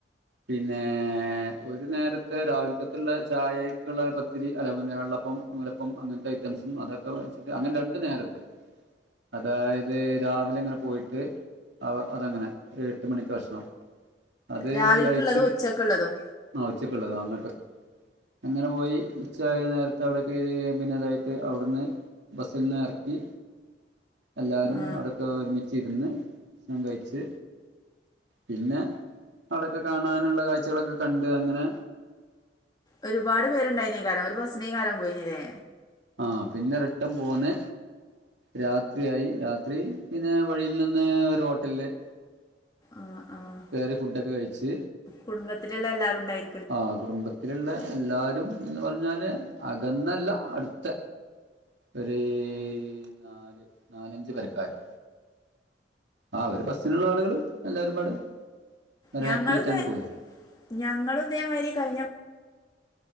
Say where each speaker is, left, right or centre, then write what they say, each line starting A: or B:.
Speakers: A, on the right; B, on the left.
A: പിന്നെ ഒരു നേരത്തെ രാവിലക്കത്തുള്ള ചായക്കുള്ള പത്തിരി അല്ല പിന്നെ വെള്ളപ്പം നൂലപ്പം അപ്പം അങ്ങനത്തെ ഐറ്റംസും അതൊക്കെ വാങ്ങിച്ചിട്ട് അങ്ങനെ രണ്ട നേരത്തെ അതായത് രാ <unintelligible> ഇങ്ങനെ പോയിട്ട് അത് അങ്ങനെ ഒരു എട്ട് മണിക്ക് ഭക്ഷണം അത്
B: രാവിലക്കുള്ളതും
A: കഴി-
B: ഉച്ചക്കുള്ളതും
A: ആ ഉച്ചക്കുള്ളത് അങ്ങട്ട് അങ്ങനെ പോയി ഉച്ചായ നേരത്തെ അവിടെ കേറിപിന്നെ അതായിട്ട് അവിടുന്ന് ബസ്സിൽ നിന്ന് എറക്കി എല്ലാരും
B: ആ
A: അവിടൊക്കെ ഒരുമിച്ചിരുന്ന് ഭക്ഷണം കഴിച്ച് പിന്നെ അവിടൊക്കെ കാണാനുള്ള കാഴ്ചകളൊക്കെ കണ്ട് അങ്ങനെ
B: ഒരുപാട് പേരുണ്ടായിതിനേ കാ <unintelligible> രം ഒരു ബസിനേ കാ <unintelligible> രം പോയിനല്ലേ
A: ആ പിന്നെ റിട്ടൻ പോന്ന് രാത്രിയായി രാത്രി ഇത്‌ പിന്നെ വഴിയിൽ നിന്ന് ഒരു ഹോട്ടലില്-
B: ആഹ് ആഹ്
A: വേറെ ഫുഡൊക്കെ കഴിച്ച്
B: കുടുംബത്തിലുള്ള എല്ലാരും ഇണ്ടായി
A: ആ കുടുംബത്തിലുള്ള എല്ലാരും എന്ന് പറഞ്ഞാല് അകന്നല്ല അടുത്ത ഒരു നാല് നാലഞ്ച് പെരക്കാര് ആ ഒര് ബസ്സിനുള്ള ആളുകള് എല്ലാരും പാടെ ഒരു
B: ഞങ്ങള
A: ഹാപ്പി ആയിട്ടാണ്ട്
B: ഇതേ
A: പോയി
B: ഞങ്ങളും ഇതേമാതിരി കഴിഞ്ഞ